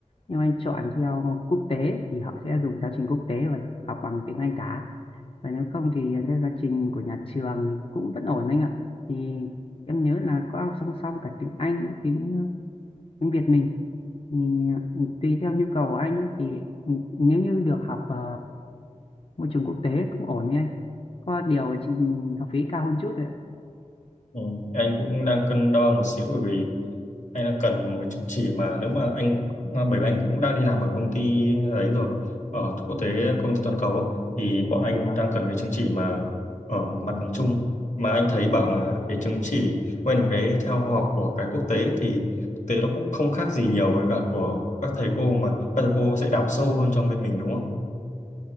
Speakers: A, on the left; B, on the left.
A: nếu anh chọn theo quốc tế thì họ sẽ dùng giáo trình quốc tế và học bằng tiếng Anh cả và nếu không thì theo giáo trình của nhà trường thì cũng vẫn ổn anh ạ thì em nhớ là có học song song cả tiếng Anh lẫn tiếng ờ, tiếng Việt mình thì ừ, tùy theo nhu cầu của anh thì ừ, nếu như được học ờ, môi trường quốc tế cũng ổn đấy anh có điều chỉ học phí cao hơn chút thôi ạ
B: Ừ, anh cũng đang cân đo một xíu bởi vì anh đang cần một cái chứng chỉ mà nếu mà anh à, bởi vì anh cũng đang đi làm ở công ty ấy rồi ở quốc tế công ty toàn cầu á, thì bọn anh
A: vâng
B: đang cần cái chứng chỉ mà ở mặt bằng chung mà anh thấy bảo là cái chứng chỉ quen một cái theo học của cái quốc tế thì thực tế nó cũng không khác gì nhiều với cả của các thầy cô mà các thầy cô sẽ đào sâu hơn trong bên mình đúng không?